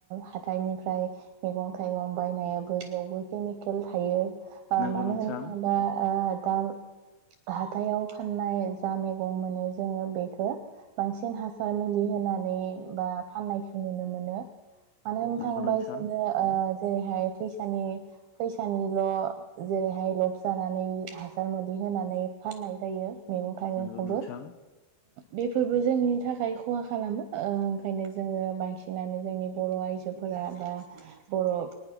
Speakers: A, on the right; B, on the left.
A: हाथाइनिफ्राय मैगं थाइगं बायनायाबो जयावबो केमिकेल थायो
B: नंगौ
A: मानो
B: नोंथां
A: होननो थाङोबा दा हाथायाव फाननाय जा मैगं मोनो जोङो बेखौ बांसिन हासार मुलि होनानै बा फाननायखौ नुनो मोनो। मानो होननो
B: नंगौ
A: थाङोबा
B: नोंथां
A: बिसोरनो जेरैहाय फैसानि फैसानिल' जेरैहाय लब जानानै हासार मुलि होनानै फाननाय जायो। मैगं थाइगंखौबो
B: नंगौ नोंथां
A: बेफोरबो जोंनि थाखाय खहा खालामो ओंखायनो जोङो बांसिन बिसिनानो जोंनि बर' आइजोफोरा बा बर'